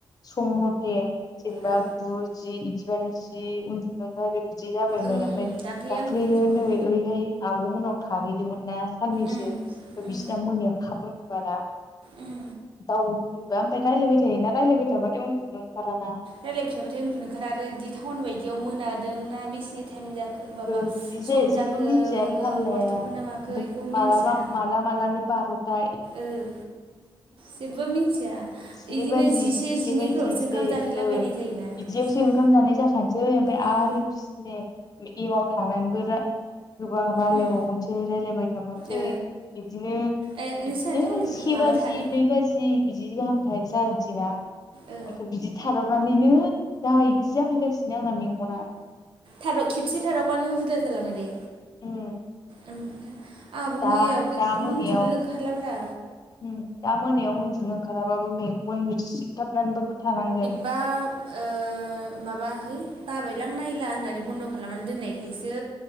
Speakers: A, on the left; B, on the right.
A: सम मथे जेनेबा
B: ओ
A: बु जि बिदिबानो जि उन्दु ओंखारो बिदि जाबायमोन
B: ओं
A: ओमफ्राय
B: दाख्लै
A: दाख्लैयो
B: आंबो इदिमोन
A: नै ओइहाय आब' मोनाव थाहैदोंमोन ना साननैसो
B: उम
A: ओमफाय
B: उम
A: बिसिना मोनायाव थाबबो उनदुवाना
B: उम
A: <unintelligible> ओमफ्राय रायज्लायबाय थायोना राय्लायबाय थाबाथाय उनदुनो ओंखाराना
B: रायलायबाय थाबाथाय उन्दुनो ओंखारा आरो बिदि टाउन बायदियाव मोनादों ना बेसे टाइम जाखो ओ माबा
A: बिदि जायो
B: सम जाखो
A: जेबो मिथिया
B: मो
A: थाल
B: ओ
A: लाया
B: हर थौखो
A: ओमफ्राय
B: ना माखो इखौ मिनथिया
A: मालाबा माला मालानो बार'ता
B: ओं जेबो मिथिया
A: जिनै
B: बिदिनो
A: बाजि
B: जिसे जिनैफोरावसो
A: बायदि बिदि जायो
B: ओंखाम जाहैलाबायनाय
A: ओ
B: जायोना।
A: बिदियावसो
B: बिसिना
A: ओंखाम जानाय जाखानोसै ओमफ्राय
B: उम
A: आरो बिसोरनि एमाव थानानैबो गोबां रायजलायबावनोसै
B: उम
A: रायलायबाय थाबावनोसै
B: ओ
A: बिदिनो
B: ए नोंसोर
A: बिदिनो
B: सानैजों उन्दु
A: से
B: माबा
A: बाजि
B: थाद
A: दै <unintelligible> बिदि गाहामथाय जानोसैना ओमफ्राय
B: ओ
A: बिदि थादाव- नानैनो दा बिदि जाफैगासिनो आंना मेगना।
B: थाद' खेबसे थादावबानो हुदा जालाङो दे।
A: उम
B: ओमफ्राय आंहाबो
A: दा
B: मैयाबो
A: दा मोनायाव
B: उन्दुनोनो ओंखारला ब्रा।
A: उम दा मोनायाव उन्दुनो ओंखाराबाबो मेगन मिसिबथाबनानैबाबो थानांगोन।
B: बा ओ माबा है बाबायलां नायला होननानै बन्द' खालामनानै दोननायखायसो।